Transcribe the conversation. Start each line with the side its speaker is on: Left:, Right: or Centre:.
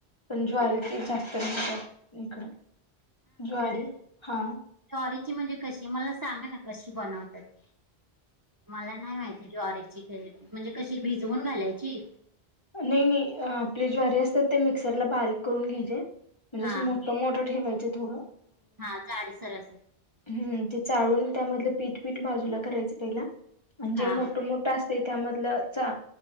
Left: पण ज्वारीची टाकतात <inaudible> इकडं. ज्वारी? हा.
Right: जॉरीची म्हणजे कशी? मला सांगा ना कशी बनवतात ती? मला नाही माहिती ज्वारीची म्हणजे कशी? भिजवून घालायची?
Left: नायी, आपले ज्वारी असतात ते मिक्सरला बारीक करून घ्यायचे, म्हणजे
Right: हा
Left: असं मोठ मोठं ठेवायचं थोडं
Right: हा जाडसर असं.
Left: हं, ते चाळून त्यामधलं पीठ पीठ बाजूला करायच पहिला अन् जे
Right: हा
Left: मोटं मो असतंय त्यामधलं चा